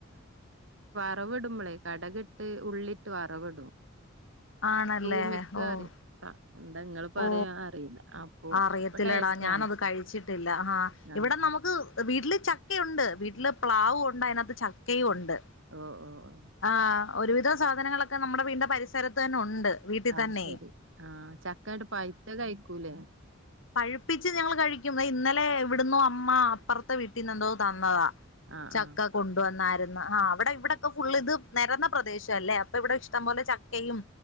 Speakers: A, on the right; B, on the left.
A: വറവിടുമ്പളെ കടുകിട്ട് ഉള്ളിട്ട് വറവിടും
B: ആണല്ലേ
A: തൂമിക്കാ
B: ഓഹ്
A: പറയും. ത എന്താ ഇങ്ങള് പറയാ
B: ഓ
A: അറിയില്ല. അപ്പൊ
B: അറിയത്തില്ലടാ
A: അപ്പൊ ടേസ്റ്റാണ്.
B: ഞാനത് കഴിച്ചിട്ടില്ല ഹാ
A: ആഹ്.
B: ഇവിടെ നമുക്ക് വീട്ടില് ചക്കയുണ്ട് വീട്ടില് പ്ലാവും ഉണ്ട് അതിനകത്ത് ചക്കയും ഉണ്ട്
A: ഓഹ് ഓഹ്
B: ആ ഒരുവിധം സാധനങ്ങളൊക്കെ നമ്മുടെ വീടിൻ്റെ പരിസരത്തന്നെ ഉണ്ട് വീട്ടിൽ
A: ആഹ
B: തന്നെ
A: ശരി ആഹ ചക്ക കട്ട് പൈത്തത് കഴിക്കൂല
B: പഴിപ്പിച്ച് ഞങ്ങൾ കഴിക്കും ഇന്നലെ എവിടന്നോ അമ്മ അപ്പുറത്തെ വീട്ടിൽന്ന് എന്തോ തന്നതാ
A: ആഹ്
B: ചക്ക
A: ആഹ്.
B: കൊണ്ടുവന്നാര് ആഹ അവിടെ ഇവിടെൊക്കെ ഫുൾ ഇത് നിരന്ന പ്രദേശം അല്ലേ അപ്പൊ ഇവിടെ ഇഷ്ടം പോലെ ചക്കയും